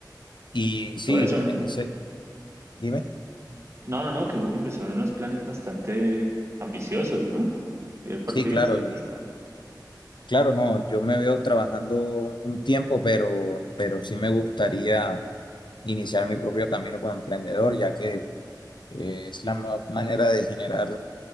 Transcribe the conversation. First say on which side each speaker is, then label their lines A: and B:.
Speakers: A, on the left; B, on the right.
A: Y sí,
B: Todo eso,
A: en
B: no,
A: ese, dime.
B: no, no, que uy, son unos planes bastante ambiciosos, ¿no? Bien por
A: Sí,
B: ti,
A: claro.
B: o sea, está-
A: Claro, no, yo me veo trabajando un tiempo, pero, pero sí me gustaría iniciar mi propio camino como emprendedor, ya que eh, es la mejor manera de generar,